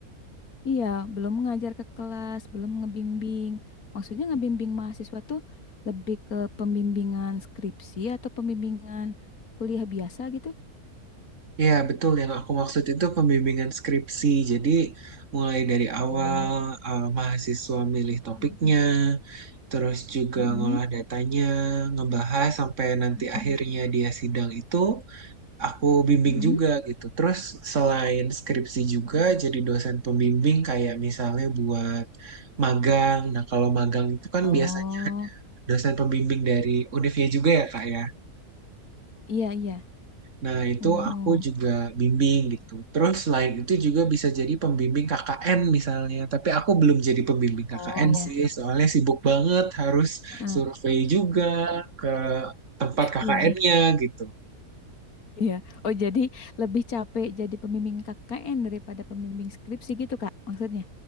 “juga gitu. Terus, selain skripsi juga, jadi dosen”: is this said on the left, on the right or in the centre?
Right